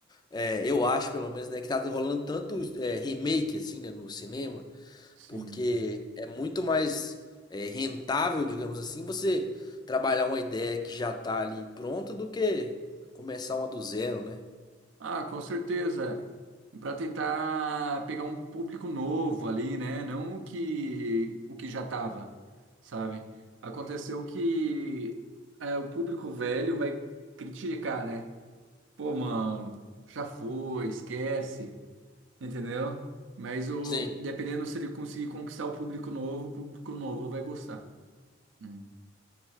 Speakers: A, on the left; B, on the right.
A: É, eu acho, pelo menos, né, que tá rolando tanto é, remake, assim, né, no cinema,
B: sim.
A: porque é muito mais é, rentável, digamos assim, você trabalhar uma ideia que já tá ali pronta do que começar uma do zero, né?
B: Ah, com certeza. Para tentar pegar um público novo ali, né? Não o que o que já tava, sabe? Aconteceu que é, o público velho vai criticar, né? Pô, mano, já foi, esquece, entendeu? Mas o
A: Sim.
B: dependendo se ele conseguir conquistar o público novo, o público novo vai gostar. Hum.